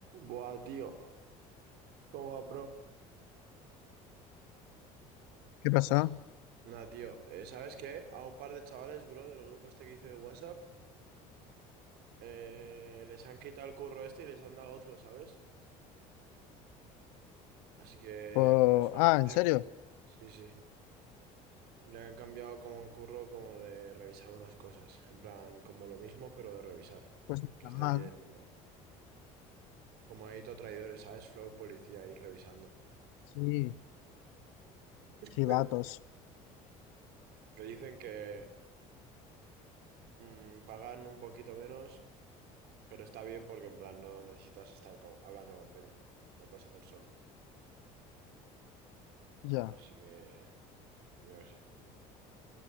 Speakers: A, on the right (about 70°); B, on the left (about 80°).
A: Buah, tío. ¿Cómo va, bro?
B: ¿Qué pasó?
A: S- Nah, tío. eh, ¿sabes qué? A un par de chavales, bro, del grupo este que hice de WhatsApp, eh, les han quitado el curro este y les han dado otro, ¿sabes? Así que
B: Po-
A: por eso
B: Ah,
A: había
B: ¿en serio?
A: que... Sí, sí. Le han cambiado como un curro como de revisar unas cosas. En plan, como lo mismo, pero de revisar.
B: Pues ni
A: Que
B: tan
A: esté
B: mal.
A: bien y tal. Como edito traidores, ¿sabes? Flow policía ir revisando.
B: Sí,
A: <laughs>
B: sí, vatos.
A: Que dicen que mm, pagan un poquito menos Pero está bien porque en plan no necesitas estar co- hablando con Peña. Lo puedes hacer solo.
B: Ya,
A: Así que, yo qué sé.